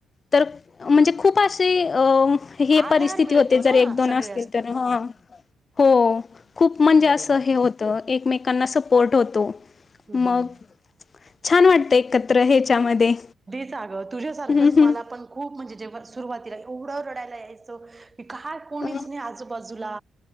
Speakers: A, on the left; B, on the right.
A: तर म्हणजे खूप असे अ हे
B: आधार
A: परिस्थिती
B: मिळतो
A: होते
B: ना
A: जर एक दोन
B: सगळे
A: असतील तर हा हो खूप म्हणजे
B: बरोबर
A: असं हे होतं एकमेकांना सपोर्ट होतो
B: हम्म
A: मग
B: हम्म
A: छान वाटत एकत्र ह्याच्यामध्ये
B: सग तुझ्यासारखंच
A: हं,
B: मला
A: हं.
B: पण खूप म्हणजे जेव्हा सुरुवातीला एवढं रडायला यायचं कि काय कोणीच
A: अ,
B: नाही आजूबाजूला